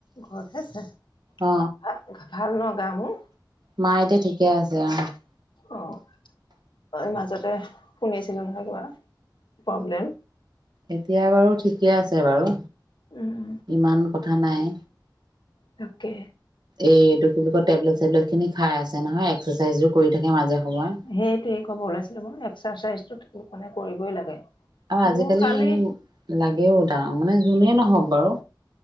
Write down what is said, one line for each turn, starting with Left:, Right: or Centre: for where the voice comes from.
Left: ঘৰত আছে? ভাল
Right: অ
Left: ন' গাবোৰ?
Right: মা এতিয়া ঠিকে আছে অ'।
Left: অ'। মই মাজতে শুনি আছিলোঁ নহয় কিবা প্ৰব্লেম।
Right: এতিয়া বাৰু ঠিকে আছে, বাৰু
Left: উম
Right: ইমান কথা নাই।
Left: তাকে।
Right: এই এইটো কি বুলি কয়, টেবলেট চেবলেটখিনি খাই আছে নহয়। এক্সাৰচাইজো কৰি থাকে মাজে সময়।
Left: সেইটোৱে ক'ব ওলাইছিলোঁ মই, এক্সাৰচাইজতো মানে কৰিবই লাগে।
Right: আৰু
Left: মোৰ
Right: আজিকালি
Left: কালি
Right: লাগেও ডাঙ মানে যোনেই নহওক বাৰু।